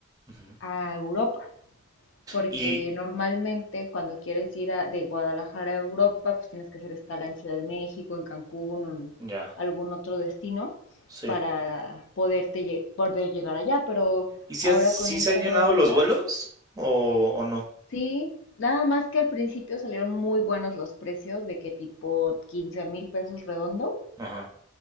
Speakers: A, on the right; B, on the left.
A: ujú.
B: a Europa. porque
A: Y
B: normalmente cuando quieres ir a- de Guadalajara a Europa, pues tienes que hacer escala en Ciudad de México, en Cancún o en
A: Ya,
B: algún otro destino
A: sí.
B: para poderte lle- poder llegar allá. Pero
A: ¿Y si,
B: ahora
A: han- si
B: con esta
A: se han llenado
B: nueva ruta,
A: los vuelos o, o no?
B: sí, nada más que al principio salieron muy buenos los precios, de que tipo 15 mil pesos redondo.
A: Ajá.